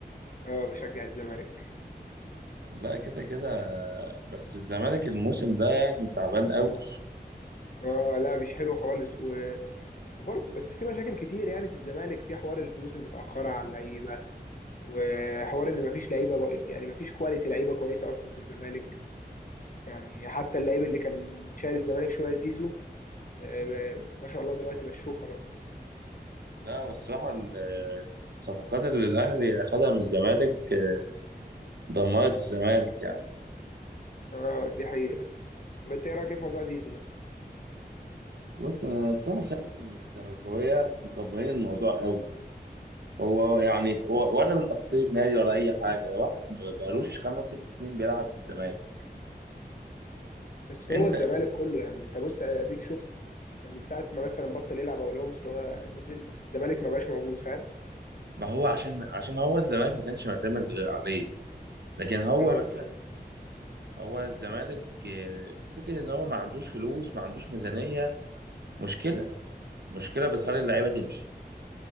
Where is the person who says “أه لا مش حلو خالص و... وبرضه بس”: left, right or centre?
Left